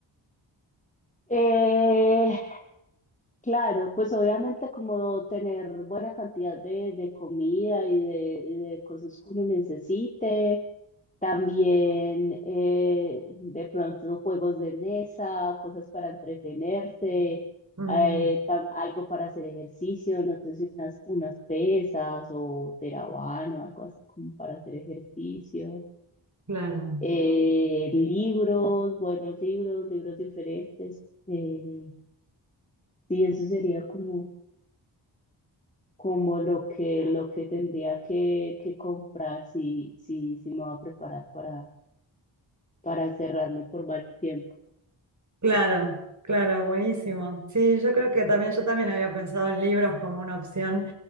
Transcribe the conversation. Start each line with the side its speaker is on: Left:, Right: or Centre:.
Left: Eh, Claro, pues obviamente como tener buena cantidad de, de comida y de, y de cosas que uno necesite, también eh, de pronto juegos de mesa, cosas para entretenerse,
Right: Mm,
Left: eh, tam- algo para hacer ejercicio, no sé si unas, unas pesas o terabano, algo así como para hacer ejercicio,
Right: claro.
Left: Eh, libros, buenos libros, libros diferentes, eh, sí, eso sería como... como lo que, lo que tendría que, que comprar si, si, si me va a preparar para, para cerrarme por varios tiempos.
Right: Claro, claro, buenísimo. Sí, yo creo que también, yo también había pensado en libros como una opción,